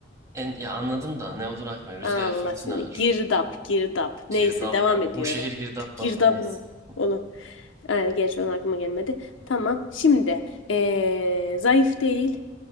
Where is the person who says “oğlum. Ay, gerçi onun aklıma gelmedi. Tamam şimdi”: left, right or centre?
Left